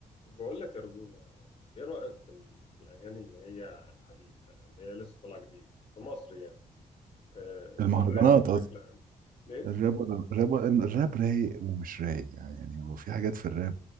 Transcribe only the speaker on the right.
المهرجانات
قصدي
الراب ولا- الراب ولا- الراب رايق ومش رايق يعني هو في حاجات في الراب